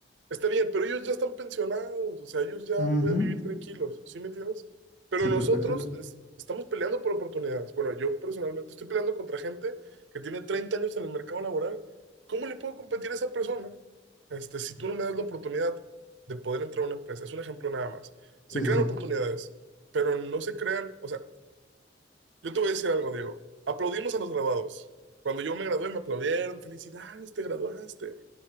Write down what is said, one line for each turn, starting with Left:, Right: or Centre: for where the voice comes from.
Right: está bien, pero ellos ya están pensionados, o sea, ellos ya
Left: Ujú.
Right: pueden vivir tranquilos, ¿sí me entiendes? Pero
Left: Sí,
Right: nosotros
Left: perfecto.
Right: es- estamos peleando por oportunidades. Bueno, yo personalmente estoy peleando contra gente que tiene 30 años en el mercado laboral. ¿Cómo le puedo competir a esa persona? Este, si tú no me das la oportunidad de poder entrar a una empresa, es un ejemplo nada más. Se
Left: Sí, sí,
Right: crean
Left: sí.
Right: oportunidades, pero no se crean, o sea, yo te voy a decir algo, Diego. Aplaudimos a los graduados. Cuando yo me gradué, me aplaudieron. Felicidades, te graduaste.